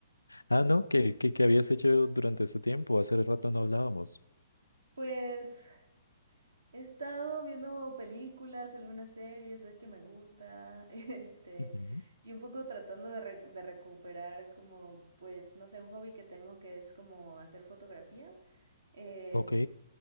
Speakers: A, on the left; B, on the right.
A: Ah, no, ¿qué, qué, qué habías hecho durante este tiempo? Hace rato no hablábamos.
B: Pues he estado viendo películas, algunas series, ves que me gusta, <laughs> este,
A: Ujú.
B: y un poco tratando de, re- de recuperar como, pues, no sé, un hobby que tengo que es como hacer fotografía. Em,
A: Ok.